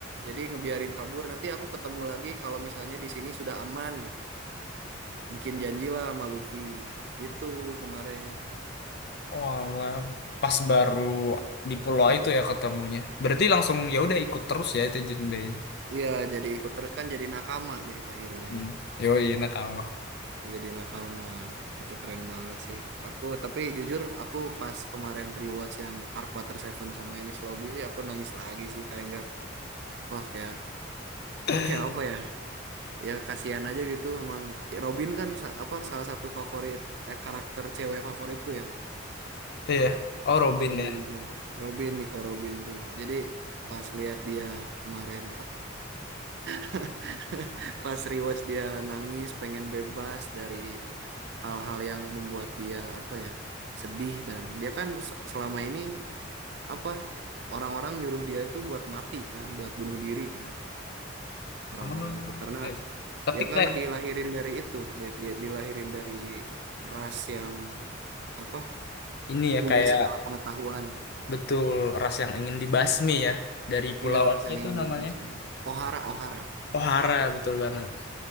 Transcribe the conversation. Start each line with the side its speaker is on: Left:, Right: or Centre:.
Right: Jadi ngebiarin kabur, nanti aku ketemu lagi kalau misalnya di sini sudah aman gitu. Bikin janji lah sama Luffy. Gitu kemarin.
Left: Walah, pas baru di pulau itu ya ketemunya. Berarti langsung ya udah ikut terus ya itu Jinbei.
Right: Iya, jadi ikut terus kan jadi nakama deh akhirnya.
Left: Hmm. Yoi nakama.
Right: Jadi nakama. Itu keren banget sih. Aku tapi jujur aku pas kemarin rewatch yang Arc Water Seven sama Enies Lobby sih aku nangis lagi sih kayak enggak. Wah, kayak
Left: <laughs>
Right: kayak apa ya? Ya kasihan aja gitu memang Robin kan sa- apa salah satu favorit eh, karakter cewek favoritku ya.
Left: Iya, oh Robin
Right: Robin
Left: ya.
Right: ya. Robin Nico Robin tuh. Jadi pas lihat dia kemarin, <laughs> Pas rewatch dia nangis, pengen bebas dari hal-hal yang membuat dia apa ya sedih dan dia kan se- selama ini apa orang-orang nyuruh dia itu buat mati kan, buat bunuh diri kan orang-orang
Left: Oh,
Right: tuh karena
Left: I see. Tapi
Right: dia kan
Left: kayak
Right: dilahirin dari itu, dia, dia dilahirin dari ras yang apa
Left: ini ya
Right: punya
Left: kayak
Right: segala pengetahuan.
Left: betul ras yang ingin dibasmi ya dari pulau
Right: Iya, ras
Left: apa
Right: yang
Left: itu
Right: ingin
Left: namanya?
Right: dibahas. Ohara, Ohara.
Left: Ohara betul banget.